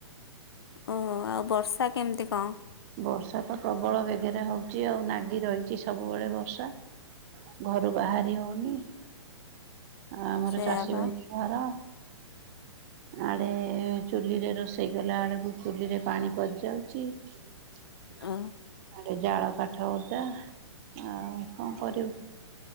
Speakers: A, on the left; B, on the right.
A: ଓହୋ ଆଉ ବର୍ଷା କେମିତି କଣ?
B: ବର୍ଷା ତ ପ୍ରବଳ ବେଗରେ ହଉଛି ଆଉ ନାଗି ରହିଛି ସବୁବେଳେ ବର୍ଷା। ଘରୁ ବାହାରି ହଉନି। ଆ ଆମର
A: ସେଇଆ
B: ଚାଷୀ
A: ପା
B: ବାସୀ ଘର। ଆଡେ ଚୁଲିରେ ରୋଷେଇ ଗଲା ବେଳକୁ ଚୁଲି ରେ ପାଣି ପସିଯାଉଛି। <unintelligible>
A: ଓ
B: କାଠ ଓଦା ଆଉ କଣ କରିବୁ